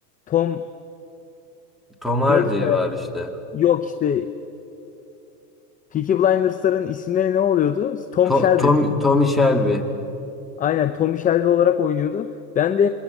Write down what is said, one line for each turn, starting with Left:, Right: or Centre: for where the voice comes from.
Left: Tom
Centre: Tom Hardy
Left: neydi soyadı?
Centre: var işte.
Left: Yok işte Peaky Blinders'ların isimleri ne oluyordu? Tom
Centre: To
Left: Shelby.
Centre: Tom Tommy Shelby.
Left: Aynen Tommy Shelby olarak oynuyordu. Ben de